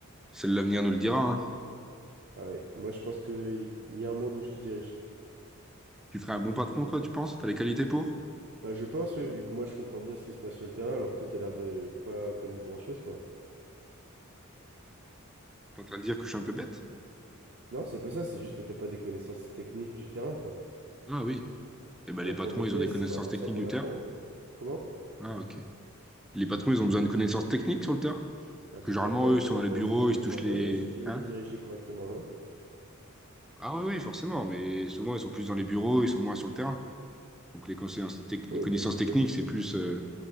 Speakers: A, in the centre; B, on the right.
A: c'est l'avenir nous le dira, hein.
B: Ah ouais, moi je pense que il il y, a un monde où je te dirige.
A: Tu ferais un bon patron, toi, tu penses? T'as les qualités pour?
B: Bah je pense, ouais, vu que moi je comprends bien ce qui se passe sur le terrain, alors que toi t'as l'air de pas connaître grand-chose, quoi.
A: T'es en train de dire que je suis un peu bête?
B: Non, c'est pas ça, c'est juste que t'as pas des connaissances techniques du terrain, quoi.
A: Ah oui. Eh ben,
B: Alors
A: les patrons,
B: qu'en BTS,
A: ils ont des connaissances
B: c'est vraiment
A: techniques
B: ça qu'on
A: du
B: apprend.
A: terrain.
B: hein. Comment?
A: Ah, ok. Les patrons, ils ont besoin de connaissances techniques sur le terrain.
B: Ah,
A: Parce que
B: c'est
A: généralement,
B: bien quand même
A: eux, ils
B: de
A: sont
B: comprendre
A: dans les bureaux,
B: ce que font
A: ils se
B: tes
A: touchent
B: employés
A: les.
B: si tu veux
A: Hein?
B: les diriger correctement, non?
A: Ah oui, oui, forcément, mais souvent, ils sont plus dans les bureaux, ils sont moins sur le terrain. Donc les connaissances, tec-
B: Oui,
A: les connaissances
B: mais tu
A: techniques,
B: dois...
A: c'est plus euh,